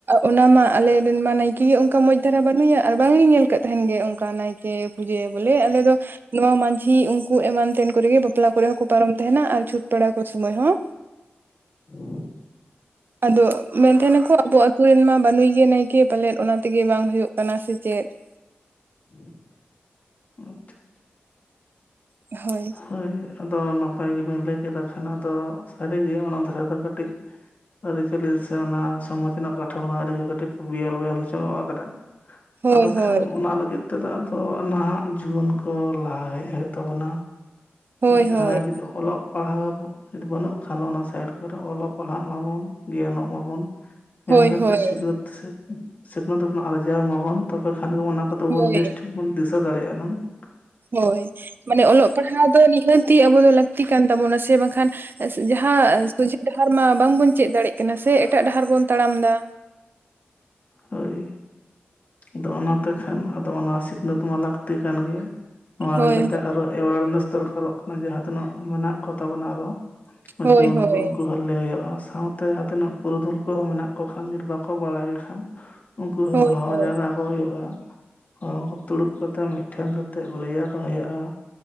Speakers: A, on the right; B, on the left.
A: ᱚᱱᱟ ᱢᱟ ᱟᱞᱮ ᱨᱮᱱᱢᱟ ᱱᱟᱭ ᱠᱮ ᱜᱮ ᱚᱝᱠᱟ ᱢᱚᱡᱽ ᱫᱷᱟᱨᱟ ᱵᱟᱹᱱᱩᱭᱟ ᱟᱨ ᱵᱟᱝ ᱞᱤᱧ ᱧᱮᱞ ᱠᱟᱜ ᱛᱟᱦᱮᱸᱱ ᱜᱮ ᱚᱝᱠᱟ ᱱᱟᱭᱠᱮ ᱯᱩᱡᱟᱹᱭᱟᱭ ᱵᱚᱞᱮ, ᱟᱞᱮ ᱫᱚ ᱱᱚᱣᱟ ᱢᱟᱺᱡᱷᱤ ᱩᱱᱠᱩ ᱮᱢᱟᱱ ᱛᱮᱱ ᱠᱚᱨᱮ ᱜᱮ ᱵᱟᱯᱞᱟ ᱠᱚᱨᱮ ᱦᱚᱸ ᱠᱚ ᱯᱟᱨᱚᱢ ᱛᱟᱦᱮᱸᱱᱟ ᱟᱨ ᱪᱷᱩᱸᱛ ᱯᱮᱲᱟᱣ ᱠᱚ ᱥᱩᱢᱟᱹᱭ ᱦᱚᱸ᱾
B: <inaudible>
A: ᱟᱫᱚ ᱢᱮᱱ ᱛᱟᱦᱮᱸᱱᱟ
B: ᱟᱪᱪᱷᱟ
A: ᱠᱚ ᱟᱵᱚ ᱟᱹᱛᱩ ᱨᱮᱱ ᱢᱟ ᱵᱟᱱᱩᱭ ᱜᱮ ᱱᱟᱭᱠᱮ ᱯᱟᱞᱮᱫ ᱚᱱᱟ ᱛᱮᱜᱮ ᱵᱟᱝ ᱦᱳᱭᱳᱜ ᱠᱟᱱᱟ ᱥᱮ ᱪᱮᱫ ᱾
B: <inaudible>
A: ᱦᱳᱭ
B: ᱦᱳᱭ ᱟᱫᱚ ᱱᱟᱯᱟᱭ ᱜᱮᱵᱤᱱ ᱞᱟᱹᱭ ᱠᱮᱫᱟ ᱠᱷᱟᱱ ᱟᱫᱚ ᱥᱟᱹᱨᱤᱜᱮ ᱚᱱᱟ ᱫᱷᱟᱨᱮ ᱫᱚ ᱠᱟᱹᱴᱤᱡ ᱟᱹᱨᱤᱪᱟᱹᱞᱤ ᱥᱮ ᱚᱱᱟ ᱥᱚᱢᱟᱡᱽ ᱨᱮᱱᱟᱜ ᱠᱟᱴᱷᱟ ᱢᱚ ᱚᱱᱟ ᱟᱹᱰᱤᱜᱮ ᱠᱟᱹᱴᱤᱡ ᱵᱤᱭᱮᱞ ᱵᱚᱭᱚᱞ ᱦᱚᱪᱟ ᱟᱠᱟᱫᱟ ᱾
A: ᱦᱳᱭ
B: ᱟᱫᱚ
A: ᱦᱳᱭ
B: ᱠᱷᱟᱱ ᱚᱱᱟ ᱞᱟᱹᱜᱤᱫ ᱛᱮᱫᱚ ᱟᱫᱚ ᱱᱟᱦᱟᱜ ᱡᱩᱣᱟᱹᱱ ᱠᱚ ᱞᱟᱦᱟ ᱦᱮᱡ ᱦᱮᱡ ᱛᱟᱵᱚᱱᱟ ᱾
A: ᱦᱳᱭ
B: ᱡᱟᱦᱟᱸᱭ
A: ᱦᱳᱭ
B: ᱡᱩᱫᱤ ᱚᱞᱚᱜ ᱯᱟᱲᱦᱟᱣ ᱡᱤᱫᱤ ᱵᱟᱹᱱᱩᱜ ᱠᱷᱟᱱ ᱫᱚ ᱚᱱᱟ ᱥᱮᱨ ᱠᱚᱨᱮ ᱚᱞᱚᱜ ᱯᱟᱲᱦᱟᱜ ᱢᱟᱵᱚᱱ ᱜᱮᱭᱟᱱᱚᱜ ᱢᱟᱵᱚᱱ ᱢᱮᱱᱫᱚ
A: ᱦᱳᱭ ᱦᱳᱭ
B: ᱡᱮ ᱥᱤᱠᱷᱱᱟᱹᱛ ᱥᱮᱫ ᱥᱤᱠᱷᱱᱟᱹᱛ ᱫᱚ ᱵᱚᱱ ᱟᱨᱡᱟᱣ ᱢᱟᱵᱚᱱ ᱛᱚᱵᱮ ᱠᱷᱟᱱ ᱜᱮ ᱵᱚᱱ ᱟᱫᱚ
A: ᱦᱳᱭ
B: ᱵᱚᱱ ᱵᱮᱥ ᱴᱷᱤᱠ ᱵᱚᱱ ᱫᱤᱥᱟᱹ ᱫᱟᱲᱮᱭᱟᱜᱼᱟ ᱟᱱᱟᱝ ᱾
A: ᱦᱳᱭ ᱢᱟᱱᱮ ᱚᱞᱚᱜ ᱯᱟᱲᱦᱟᱣ ᱫᱚ ᱱᱤᱦᱟᱹᱛᱤ ᱟᱵᱚ ᱫᱚ ᱞᱟᱹᱠᱛᱤ ᱠᱟᱱ ᱛᱟᱵᱚᱱᱟ ᱥᱮ ᱵᱟᱝᱠᱷᱟᱱ ᱡᱟᱦᱟᱸ ᱥᱚᱡᱷᱮ ᱰᱟᱦᱟᱨ ᱢᱟ ᱵᱟᱝᱵᱚᱱ ᱪᱮᱫ ᱫᱟᱲᱮᱭᱟᱜ ᱠᱟᱱᱟ ᱥᱮ ᱮᱴᱟᱜ ᱰᱟᱦᱟᱨ ᱵᱚᱱ ᱛᱟᱲᱟᱢ ᱫᱟ ᱾
B: ᱦᱳᱭ ᱟᱫᱚ ᱚᱱᱟ ᱛᱮ ᱠᱷᱟᱱ ᱟᱫᱚ ᱚᱱᱟ ᱥᱤᱠᱷᱱᱟᱹᱛ ᱢᱟ ᱞᱟᱹᱠᱛᱤ ᱠᱟᱱ ᱜᱮᱭᱟ ᱾ ᱱᱚᱣᱟ
A: ᱦᱳᱭ
B: ᱤᱫᱤ ᱠᱟᱛᱮᱜ ᱟᱨᱚ ᱮᱣᱟᱨᱱᱮᱥ ᱫᱚᱨᱠᱟᱨᱚᱜ ᱠᱟᱱᱟ ᱡᱟᱦᱟᱸ ᱛᱤᱱᱟᱹᱜ ᱢᱮᱱᱟᱜ ᱠᱚᱛᱟᱵᱚᱱᱟ ᱟᱨᱚ
A: ᱦᱳᱭ
B: ᱡᱩᱣᱟᱹᱱ
A: ᱦᱳᱭ
B: ᱠᱚ ᱩᱱᱠᱩ ᱦᱚᱸ ᱞᱟᱹᱭ ᱦᱩᱭᱩᱜᱼᱟ ᱥᱟᱶᱛᱮ ᱦᱟᱛᱮᱱᱟᱜ ᱯᱩᱨᱩᱫᱷᱩᱞ ᱠᱚᱦᱚᱸ ᱢᱮᱱᱟᱜ ᱠᱚ ᱠᱷᱟᱱ ᱵᱟᱠᱚ ᱵᱟᱲᱟ ᱜᱮ ᱠᱷᱟᱱ ᱩᱱᱠᱩ ᱦᱚᱸ
A: ᱦᱳᱭ
B: ᱦᱚᱦᱚ
A: ᱦᱳᱭ
B: ᱡᱟᱣᱨᱟ ᱠᱚ ᱦᱩᱭᱩᱜᱼᱟ ᱾ ᱦᱚᱦᱚ ᱛᱩᱲᱩᱵ ᱠᱟᱛᱮᱫ ᱢᱤᱫᱴᱷᱮᱱ ᱠᱟᱛᱮᱫ ᱞᱟᱹᱭ ᱟᱠᱚ ᱦᱳᱭᱳᱜᱼᱟ ᱾